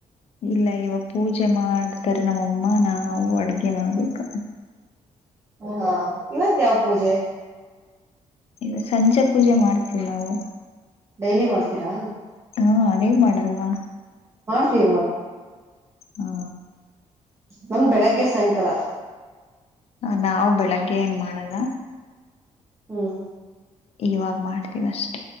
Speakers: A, on the left; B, on the right.
A: ಇಲ್ಲ ಇವಾಗ ಪೂಜೆ ಮಾಡ್ತಾರೆ ನಮ್ಮಮ್ಮ ನಾವು ಅಡ್ಗೆ ಮಾಡ್ಬೇಕು
B: ಹಾ ಇವತ್ ಯಾವ ಪೂಜೆ
A: ಈಗ ಸಂಜೆ ಪೂಜೆ ಮಾಡ್ತೀವಿ ನಾವು
B: ಡೈಲಿ ಮಾಡ್ತೀರಾ
A: ಹಾ ನೀವ್ ಮಾಡಲ್ವಾ
B: ಮಾಡ್ತವಿ
A: ಹಾ
B: ನಮ್ದ್ ಬೆಳಗ್ಗೆ ಸಾಯಂಕಾಲ
A: ಹ ನಾವವು ಬೆಳಗ್ಗೆ ಏನ್ ಮಾಡಲ್ಲ
B: ಹ್ಮ್
A: ಇವಾಗ ಮಾಡ್ತಿವಷ್ಟೆ